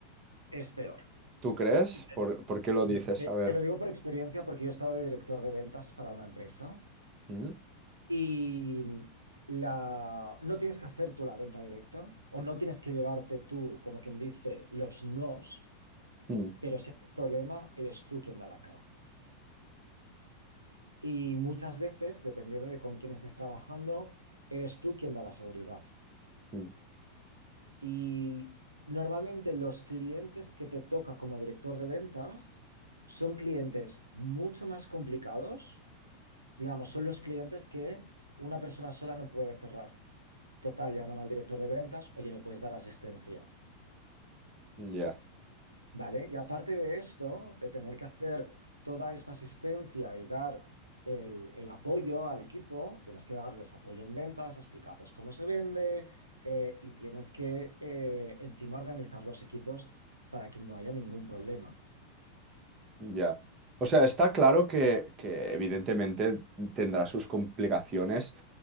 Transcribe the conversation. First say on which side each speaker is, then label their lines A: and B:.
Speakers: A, on the right; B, on the right.
A: es peor.
B: ¿Tú crees?
A: Y te-
B: ¿Por, por qué
A: sí,
B: lo dices?
A: Te,
B: A ver.
A: te lo digo por experiencia porque yo he estado de director de ventas para una empresa
B: Mm,
A: y la, no tienes que hacer tú la venta directa o no tienes que llevarte tú, como quien dice, los nos,
B: mm,
A: pero si hay un problema, eres tú quien da la cara. Y muchas veces, dependiendo de con quién estés trabajando, eres tú quien da la seguridad.
B: mm.
A: Y normalmente los clientes que te toca como director de ventas son clientes mucho más complicados Digamos, son los clientes que una persona sola no puede cerrar. Total, llaman al director de ventas, oye, ¿me puedes dar asistencia?
B: Ya,
A: ¿Vale? Y aparte de esto, de tener que hacer toda esta asistencia y dar el, el apoyo al equipo, tienes que darles apoyo en ventas, explicarles cómo se vende eh, y tienes que eh, encima organizar los equipos para que no haya ningún problema.
B: ya. O sea, está claro que, que evidentemente tendrá sus complicaciones